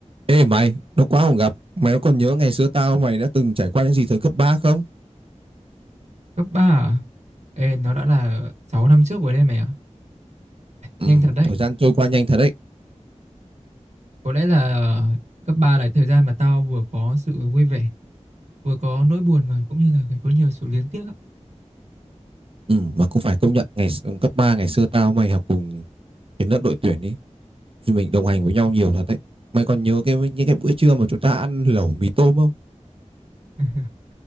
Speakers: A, on the right; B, on the right.
A: Ê mày, nó quá không gặp. Mày có còn nhớ ngày xưa tao mày đã từng trải qua những gì thời cấp 3 không?
B: Cấp 3, à? Ê, nó đã là 6 năm trước rồi đây mày ạ.
A: Ừ,
B: Nhanh thật đấy.
A: thời gian trôi qua nhanh thật đấy.
B: Có lẽ là cấp 3 là thời gian mà tao vừa có sự vui vẻ, vừa có nỗi buồn và cũng như là có nhiều sự luyến tiếc á.
A: Ừ, mà cũng phải công nhận ngày s- cấp 3 ngày xưa tao mày học cùng cái lớp đội tuyển đi. Thì mình đồng hành với nhau nhiều thật đấy. Mày còn nhớ cái những cái bữa trưa mà chúng ta ăn lẩu mì tôm không?
B: <laughs>